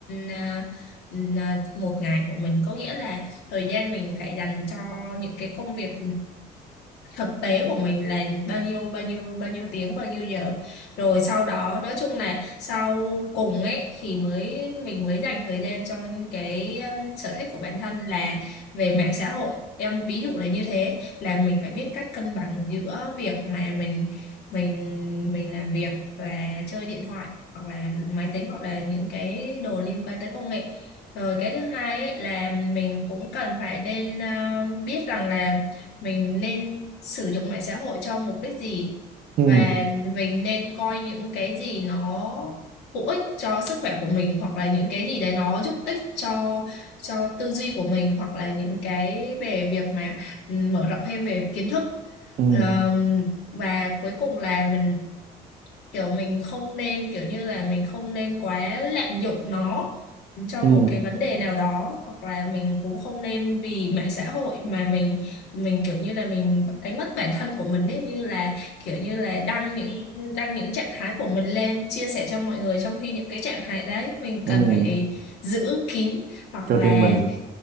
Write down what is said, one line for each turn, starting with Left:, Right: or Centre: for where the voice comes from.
Left: à, ừ, à, một ngày của mình có nghĩa là thời gian mình phải dành cho những cái công việc thực tế của mình là bao nhiêu bao nhiêu bao nhiêu tiếng bao nhiêu giờ rồi sau đó nói chung là sau cùng ấy thì mới mình mới dành thời gian cho cái um, sở thích của bản thân là về mạng xã hội em ví dụ là như thế là mình phải biết cách cân bằng giữa việc mà mình mình mình làm việc và chơi điện thoại hoặc là máy tính hoặc là những cái đồ liên quan tới công nghệ rồi cái thứ hai ấy là mình cũng cần phải nên uh, biết rằng là mình nên sử dụng mạng xã hội cho mục đích gì
Right: ừ
Left: và mình nên coi những cái gì nó hữu ích cho sức khỏe của mình hoặc là những cái gì đấy nó giúp ích cho cho tư duy của mình hoặc là những cái về việc mà ừ, mở rộng thêm về kiến thức
Right: ừ
Left: Ờm, và cuối cùng là mình kiểu mình không nên kiểu như là mình không nên quá lạm dụng nó cho
Right: ừ
Left: một cái vấn đề nào đó hoặc là mình cũng không nên vì mạng xã hội mà mình mình kiểu như là mình đánh mất bản thân của mình ấy như là kiểu như là đăng những đăng những trạng thái của mình lên chia sẻ cho mọi người trong khi những cái trạng thái đấy mình
Right: ừ
Left: cần phải giữ kín hoặc
Right: cho
Left: là
Right: riêng mình